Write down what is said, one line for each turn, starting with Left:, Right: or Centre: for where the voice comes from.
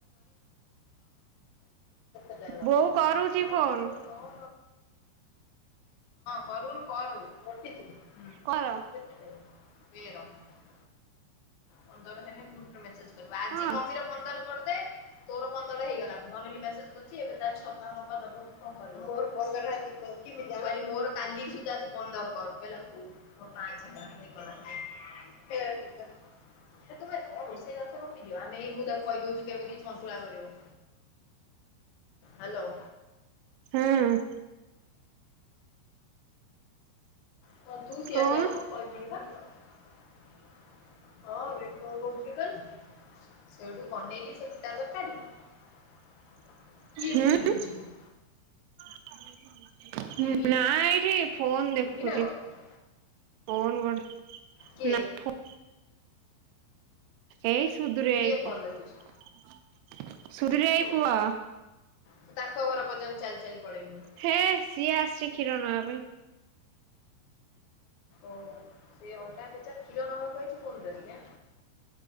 Left: <unintelligible>
Right: ବୋଉ କରୁଛି
Left: <unintelligible>
Right: ଫୋନ
Left: <unintelligible> ହଁ କରୁନୁ କର। <unintelligible> <unintelligible>
Right: କର
Left: ପନ୍ଦର ହେଲେ ଗୋଟେ ମେସେଜ୍ କରିବୁ। ଆଜି
Right: ହଁ
Left: ମମିର ପନ୍ଦର କରିଦେ ତୋର ପନ୍ଦ ର ହେଇଗଲା। ଅନିଲ୍ ମେସେଜ କରିଚି ଏବେ ତାର ଛପା ମପା ଦବ କି କଣ କରିବ। ମୋର <unintelligible> ମୁଁ କହିଲ ମୋର କାଲିକି ତୁ ପନ୍ଦର କର। କହିଲା ହଉ ମୋର ପାଞ୍ଚ ହେଇଗଲା। ହେଇ କଲା। ସେ ତୁମେ ରୋଷେଇ ବାସ ଗପିଦିଅ। ଆମେ ଏଇ ମୁଁ ତାକୁ କହିଦଉଚି କେମିତି ସନ୍ତୁଳା କରିବ। ହାଲୋ।
Right: ହୁଁ।
Left: ହଁ ତୁ ସିଆଡେ
Right: କହୁନୁ
Left: ଯାଉନୁ। <unintelligible> <unintelligible> ସେଉଠୁ ବନେଇଲି ସେ ପୁଟା ତରକାରୀ। କିଏ
Right: ହୁଁ
Left: ଏବେ ଚିଲଉଚି ଏମିତି।
Right: <unintelligible>
Left: ଟିଭି
Right: ନା ଏଇଠି ଫୋନ୍ ଦେଖୁଚି।
Left: ଟିଭି ନା କଣ
Right: ଫୋନ୍ ଗୋଟେ
Left: କିଏ
Right: ନା ଫୋ ଏଇ ସୁଧୁରୀ ଭାଇ
Left: କିଏ ଫୋନ
Right: ପୁଅ।
Left: ଦେଖୁଛି
Right: ସୁଧୁରୀ ଭାଇ
Left: ଓହୋ
Right: ପୁଅ।
Left: ତୁ ତାଙ୍କ ଘର ପର୍ଯ୍ୟନ୍ତ ଚାଲି ଚାଲି ପଳେଇଲୁଣି।
Right: ହେ ସିଏ ଆସିଚି କ୍ଷୀର ନବା ପାଇଁ।
Left: ଓହୋ। ସେ ଅଣ୍ଡା ପେଚା କ୍ଷୀର ନବାକୁ ଆଇଚି ଫୋନ୍ ଧରିକି ଆଁ।